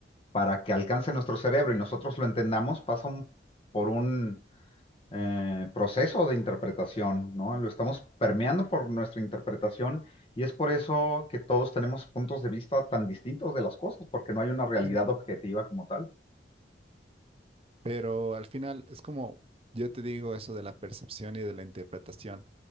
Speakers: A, on the left (about 30°); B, on the right (about 30°).
A: para que alcance nuestro cerebro y nosotros lo entendamos, pasan por un eh, proceso de interpretación, ¿no? Lo estamos permeando por nuestra interpretación y es por eso que todos tenemos puntos de vista tan distintos de las cosas, porque no hay una realidad
B: Ujú.
A: objetiva como tal.
B: Pero al final es como yo te digo eso de la percepción y de la interpretación.